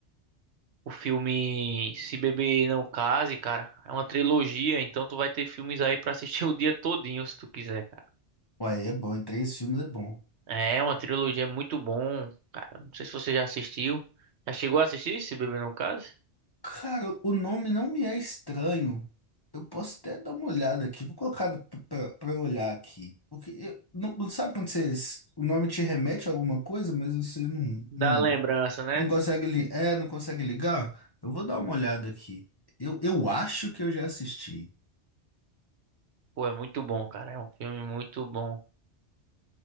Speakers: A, on the right; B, on the left.
A: o filme Se Beber Não Case, cara. É uma trilogia, então tu vai ter filmes aí pra assistir <laughs> o dia todinho se tu quiser, cara.
B: Uai, é bom, em três filmes é bom.
A: É uma trilogia muito bom, cara. Não sei se você já assistiu. Já chegou a assistir Se Beber Não Case?
B: Cara, o nome não me é estranho. Eu posso até dar uma olhada aqui, vou colocar pra pra- pra eu olhar aqui. Porque eu- não, não sabe quando vocês, o nome te remete a alguma coisa, mas você não,
A: Dá
B: não,
A: lembrança, né?
B: não consegue, li- é, não consegue ligar? Eu vou dar uma olhada aqui. Eu, eu acho que eu já assisti.
A: Pô, é muito bom, cara. É um filme muito bom.